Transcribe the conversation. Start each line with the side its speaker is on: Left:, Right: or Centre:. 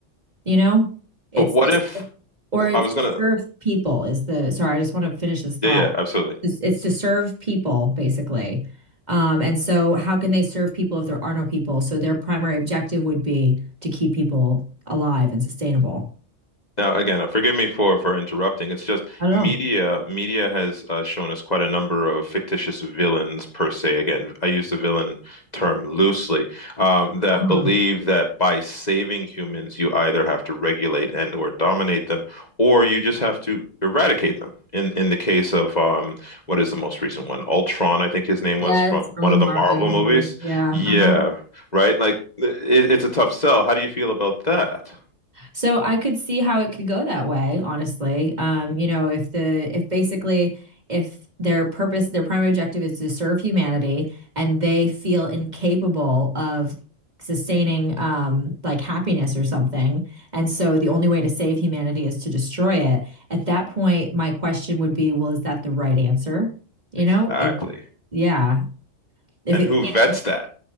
Right: you know? It's
Left: But what
Right: just
Left: if
Right: or it's
Left: I was
Right: to
Left: gonna?
Right: serve people is the sorry, I just want to finish this thought.
Left: Yeah, yeah, absolutely.
Right: It's, it's to serve people basically. Um, and so how can they serve people if there are no people? So their primary objective would be to keep people alive and sustainable.
Left: Now, again, uh, forgive me for for interrupting. It's just
Right: I don't
Left: media
Right: know.
Left: media has uh, shown us quite a number of fictitious villains per se. Again, I use the villain term loosely, um, that
Right: Uh-huh.
Left: believe that by saving humans, you either have to regulate and or dominate them, or you just have to eradicate them. In in the case of um, what is the most recent one? Ultron, I think his name
Right: Yes,
Left: was from
Right: from
Left: one
Right: the
Left: of
Right: Marvel
Left: the Marvel
Right: universe.
Left: movies.
Right: Yeah.
Left: Yeah,
Right: Uh-huh.
Left: right. Like it, it's a tough sell. How do you feel about that?
Right: So I could see how it could go that way, honestly. Um, you know, if the if basically if their purpose, their primary objective is to serve humanity and they feel incapable of sustaining um like happiness or something, and so the only way to save humanity is to destroy it, at that point my question would be, well, is that the right answer? You
Left: Exactly.
Right: know, it yeah. If
Left: and
Right: it
Left: who
Right: can't,
Left: vets that?